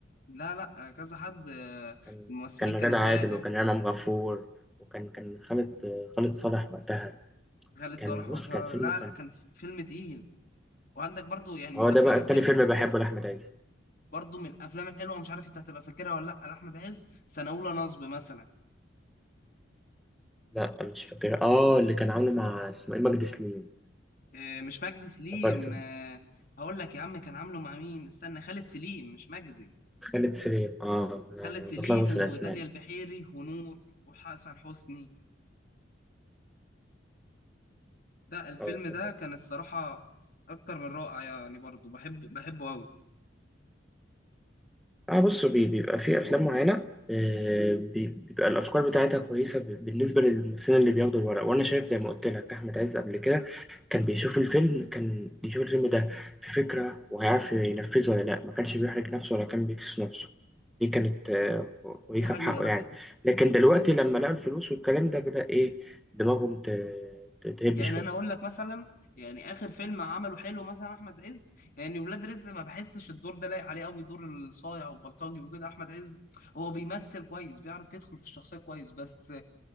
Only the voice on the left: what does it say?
لا لا آه، كذا حد آه،
الممثلين
كانوا
تقال
يعني
خالد
صالح
وقتها
لا
لا كان فيلم تقيل وعندك برضو يعني
من الافلام
الحلوه
برضو من الافلام الحلوه مش عارف انت هتبقى فاكرها ولا لا لاحمد عز سنه اولى نصب مثلا
آه، مش مجدي سليم
آه، هقول لك يا عم كان عامله مع مين استنى خالد سليم مش مجدي
خالد سليم
وداليا
البحيري ونور وحسن حسني ده الفيلم
ده كان الصراحة أكتر من رائع يعني برضه بحب بحبه أوي
دي
حقيقة
بس
يعني
أنا أقول لك مثلا يعني آخر فيلم عمله حلو مثلا أحمد عز يعني ولاد رزق ما بحسش الدور ده لايق عليه أوي دور الصايع والبلطجي وكده أحمد عز هو بيمثل كويس بيعرف يدخل في الشخصية كويس بس